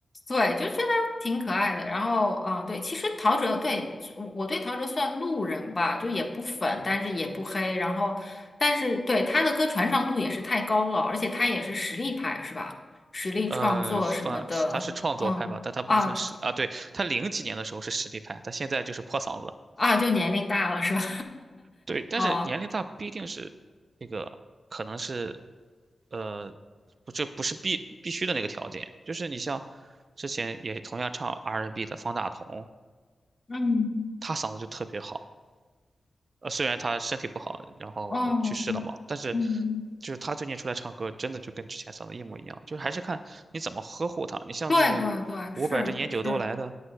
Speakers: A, on the left; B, on the right.
A: 对，就觉得挺可爱的。然后，啊，对，其实陶喆，对，我我对陶喆算路人吧，就也不粉，但是也不黑。然后，但是对他的歌传唱度也是太高了，而且他也是实力派，是吧？实力创作什么的，
B: 呃，算他是创作派吧，
A: 嗯啊
B: 但他不能算实啊。对，他零几年的时候是实力派，他现在就是破嗓子。
A: 啊，就年龄大了是吧？
B: 对，但是年龄大不一定是那个，
A: <laughs> 哦，
B: 可能是，呃，不，这不是必必须的那个条件。就是你像之前也同样唱 R&B n 的方大同，
A: 嗯，
B: 他嗓子就特别好。呃，虽然他身体不好，然后去世了嘛，
A: 嗯嗯，
B: 但是就是他最近出来唱歌，真的就跟之前嗓子一模一样。就是还是看你怎么呵护他。你像这个伍佰这烟酒都来的，
A: 对对对，是是，